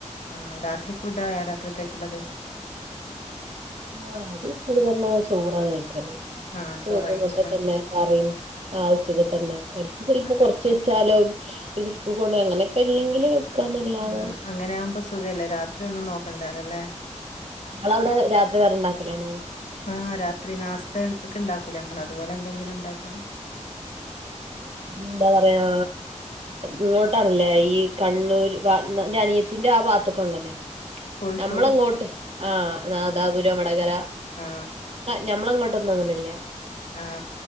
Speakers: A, on the left; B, on the right.
A: ആ രാത്രി ഫുഡ ആയ രാത്രിത്തേക്കുള്ളത്
B: ആഹ് അത്ച്ചരി തന്ന ചോറാണ് കഴിക്കല്
A: ആഹ്
B: ചോറും
A: ചോറായിക്കും
B: ഒക്കെ
A: അല്ലേ?
B: തന്നെ കറിയും ആച്ചിക
A: ഉം.
B: തന്നെ അവർക്ക് ചിലപ്പോ
A: അ
B: കൊറച്ച് വെച്ചാലോ ഇത് സ്കൂൾ കൊണ്ടോന്ടെ അങ്ങനെയൊക്കെ ഇല്ലെങ്കില് വെക്കാന്നല്ലാതെ
A: ആ അങ്ങനെ ആകുമ്പോ സുഖല്ലേ രാത്രി ഒന്നും നോക്കണ്ടാലല്ലേ
B: ങ്ങളവിടെ രാത്രി വേറെ ഉണ്ടാക്കലാണോ
A: ആ രാത്രി നാസ്തക്ക ഉണ്ടാക്കൂല നമ്മൾ അതുപോലെ എന്തെങ്കിലും ഉണ്ടാക്കണം
B: എന്താ പറയാ ഇങ്ങോട്ടാണല്ലേ ഈ കണ്ണൂർ അനിയത്തിന്റെ ആ ഭാഗത്തൊക്കെ അങ്ങനെ
A: കോഴിക്കോട്
B: ഞമ്മളങ്ങോട്ട് ആഹ നാദാപുരം
A: ഉം.
B: വടകര
A: ആ.
B: ഞമ്മളങ്ങോട്ടൊന്നും അങ്ങനല്ല
A: ആ.